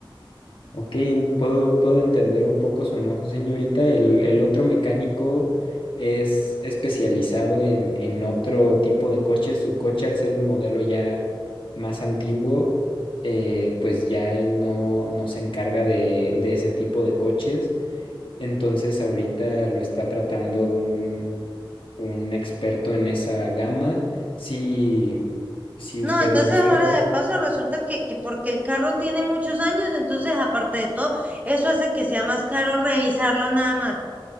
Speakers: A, on the left; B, on the right.
A: Ok, en- puedo, puedo entender un poco su enojo, señorita. El, el otro mecánico es especializado en, en otro tipo de coches. Su coche, al ser un modelo ya más antiguo, eh, pues ya él no, no se encarga de, de ese tipo de coches. Entonces ahorita lo está tratando un un experto en esa gama. Si, si
B: No,
A: usted
B: entonces
A: gusta.
B: ahora de paso resulta que, que porque el carro tiene muchos años, entonces aparte de todo, eso hace que sea más caro revisarlo nada más.